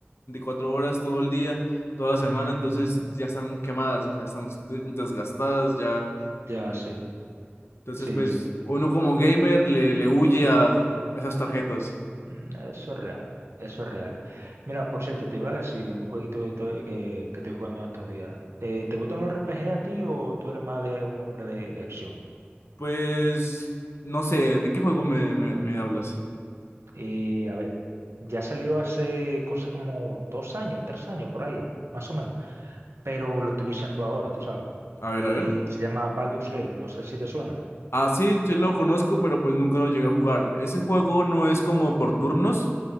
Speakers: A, on the left (about 75°); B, on the right (about 80°).
A: 24 horas todo el día, toda la semana,
B: mm,
A: entonces ya están quemadas, o sea, están de- desgastadas ya.
B: ya, sí,
A: Entonces,
B: sí,
A: pues
B: sí,
A: uno como gamer le, le huye a esas tarjetas.
B: Mm, eso es real, eso es real. Mira, por cierto, te iba a decir de un jueguito que, estoy- que, que estoy jugando en estos días. Eh, ¿Te gustan los RPG a ti o tú eres más de un hombre de de acción?
A: Pues no sé, ¿de qué juego me, me, me hablas?
B: Y a ver, ya salió hace cosa como dos años, tres años por ahí, más o menos. Pero lo estoy viendo ahora, tú sabes.
A: A ver,
B: Y
A: a ver.
B: se llama Baldur's Gate, no sé si te suena.
A: Ah, sí, sí lo conozco, pero pues nunca lo llegué a jugar. Ese juego no es como por turnos.